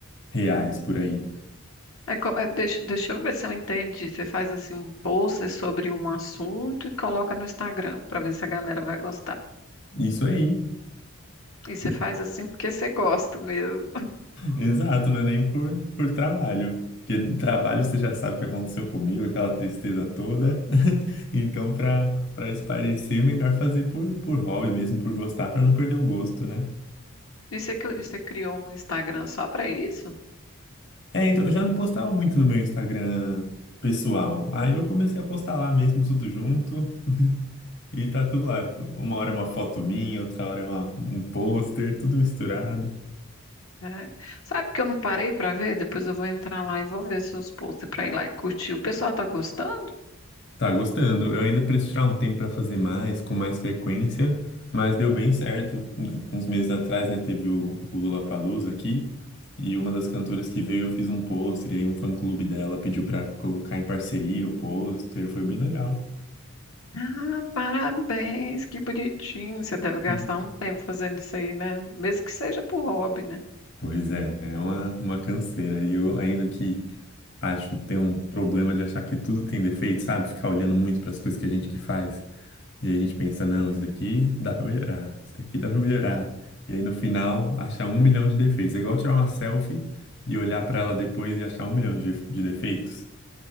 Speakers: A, on the left (about 55°); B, on the left (about 70°).
A: reais por aí.
B: É co- é, deixa, deixa eu ver se eu entendi. Você faz assim um post sobre um assunto e coloca no Instagram para ver se a galera vai gostar.
A: Isso aí.
B: E você faz assim porque você gosta mesmo.
A: Exato, não é nem por, por trabalho. Porque trabalho você já sabe o que aconteceu comigo, aquela tristeza toda. <laughs> Então, para para esparecer melhor fazer por, por hobby mesmo, por gostar, para não perder o gosto, né?
B: E você, cri- você criou um Instagram só para isso?
A: É, então eu já não postava muito no meu Instagram pessoal. Aí eu comecei a postar lá mesmo, tudo junto, e tá tudo lá. Uma hora é uma foto minha, outra hora é uma, um pôster, tudo misturado.
B: Né? Sabe que eu não parei para ver? Depois eu vou entrar lá e vou ver seus posts para ir lá e curtir. O pessoal tá gostando?
A: Tá gostando. Eu ainda preciso tirar um tempo para fazer mais, com mais frequência, mas deu bem certo. Um- Uns meses atrás, né, teve o, o Lollapalooza aqui, e uma das cantoras que veio eu fiz um pôster, e aí um fã-clube dela pediu para colocar em parceria o pôster, foi bem legal.
B: Ah, parabéns, que bonitinho. Você deve gastar
A: Hum.
B: um tempo fazendo isso aí, né? Mesmo que seja por hobby, né?
A: Pois é, é uma, uma canseira. E eu, ainda que acho, tem um problema de achar que tudo tem defeito, sabe? Ficar olhando muito para as coisas que a gente que faz. E aí a gente pensa, não, isso daqui dá pra melhorar, isso daqui dá pra melhorar. E aí no final, achar um milhão de defeitos. É igual tirar uma selfie e olhar pra ela depois e achar um milhão de, de defeitos.